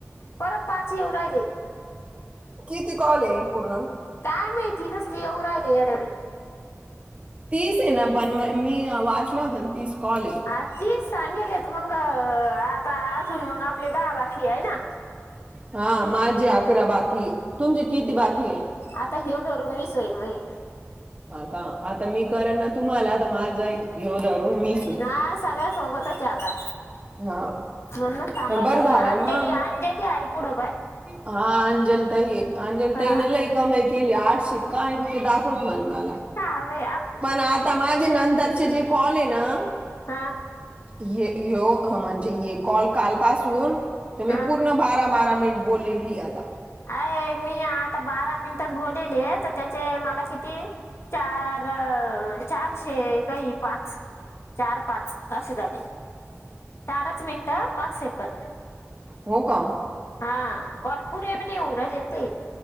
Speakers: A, on the left; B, on the right.
A: परत पाच येऊ राहिले.
B: किती कॉल आहे पूर्ण.
A: काय माहिती नुसती येऊ राहिले. येड्यावाणी
B: तीस आहे ना पण म मी वाचले होते. तीस कॉल आहे.
A: हा तीस सांगेल मग आता अजून मग आपले दहा बाकी आहे ना.
B: हा माझी अकरा बाकी हाय. तुमचे किती बाकी ये??
A: आता हो दरून विस होईल बाई.
B: ह का आता मी करेन ना तुम्हाला आता माझा घ्यऊ धरून वीस होईल.
A: हा सगळ सोबत आता
B: हा
A: म्हणूनच थांबायला
B: पण बरं
A: लावलं
B: झालं
A: अंजेरी
B: ना मग.
A: अंजेरी आहे पुढं काय
B: हा अंजल ताई हे. अंजली
A: हा
B: ताईनं लई कमाई केली आठशे एक रुपये दाखवत मला मला
A: सा होय.
B: पण आता माझे नंतरचे जे कॉल आहे ना.
A: हा
B: हे ह्यो म्हणजे हे कॉल काल पाासून मी
A: हा
B: पूर्ण बारा बारा मिनट बोलेली याला.
A: अ मी आता बारा मिनिटच बोललेली आहे. तर त्याचे मला किती चार चारशे काही पाच चार पाच असे झाले चारच मिनटं पाच सेकड.
B: हो का
A: हा कॉल पुरे भी होऊन नाही राहिले ते